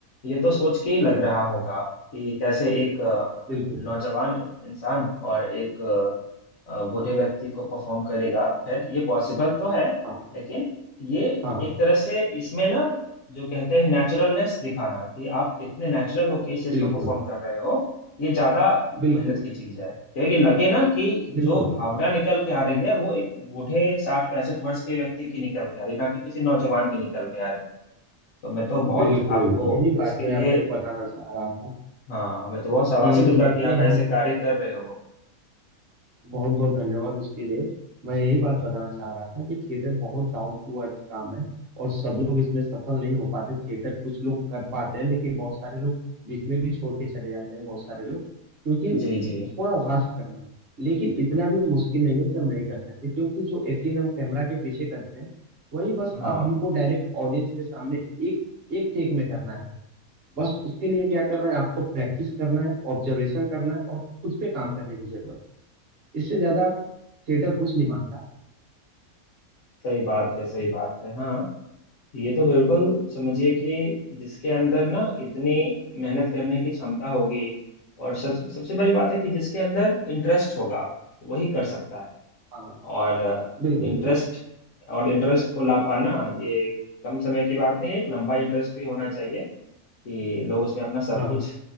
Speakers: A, on the left; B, on the right.
A: ये तो सोच के ही लग रहा होगा कि कैसे एक अ,
B: बिल्कुल
A: नौजवान इंसान और एक अ, अ, बूढ़े व्यक्ति को परफॉर्म करेगा खैर ये पॉसिबल तो है
B: हाँ
A: लेकिन ये
B: हाँ
A: एक तरह से इसमें ना जो कहते हैं नेचुरलनेस दिखाना कि आप कितने नेचुरल होके इस चीज
B: बिल्कुल
A: को परफॉर्म कर रहे हो ये ज्यादा
B: बिल्कुल
A: मेहनत की चीज है क्योंकि लगे ना कि
B: बिल्कुल
A: जो भावना निकल के आ रही है वो एक बूढ़े साठ पैंसठ वर्ष के व्यक्ति की निकल के आ रही है ना कि किसी नौजवान की निकल के आ रही है तो मैं तो बहुत
B: बिल्कुल
A: आपको
B: यही बात
A: इसके
B: मैं
A: लिए
B: आपको बताना चाह रहा था
A: हाँ मैं तो बहुत शाबाशी
B: कि
A: दूंगा
B: जब
A: कि
B: भी
A: आप ऐसे
B: हम
A: कार्य कर रहे हो
B: बहुत बहुत धन्यवाद उसके लिए मैं यही बात बताना चाह रहा था कि थिएटर बहुत डाउन टू अर्थ काम है और सब लोग इसमें सफल नहीं हो पाते थिएटर कुछ लोग कर पाते हैं लेकिन बहुत सारे लोग बीच में भी छोड़ के चले जाते हैं बहुत सारे लोग क्योंकि
A: जी जी
B: थोड़ा वास्ट काम है लेकिन इतना भी मुश्किल नहीं है कि हम नहीं कर सकते क्योंकि जो एक्टिंग हम कैमरा के पीछे करते हैं वही बस
A: हाँ
B: अब हमको डायरेक्ट ऑडियंस के सामने एक एक टेक में करना है बस उसके लिए क्या करना है आपको प्रैक्टिस करना है ऑब्जर्वेशन करना है और खुद पे काम करने की जरूरत है इससे ज्यादा थिएटर कुछ नहीं मांगता
A: सही बात है सही बात है हाँ ये तो बिल्कुल समझिए कि जिसके अंदर ना इतनी मेहनत करने की क्षमता होगी और सच सबसे बड़ी बात है कि जिसके अंदर इंटरेस्ट होगा वही कर सकता है
B: हाँ
A: और
B: बिल्कुल
A: इंटरेस्ट
B: बिल्कुल
A: और इंटरेस्ट को ला पाना ये कम समय की बात नहीं है एक लंबा इंटरेस्ट भी होना चाहिए कि लोग उसमें अपना सब
B: हाँ
A: कुछ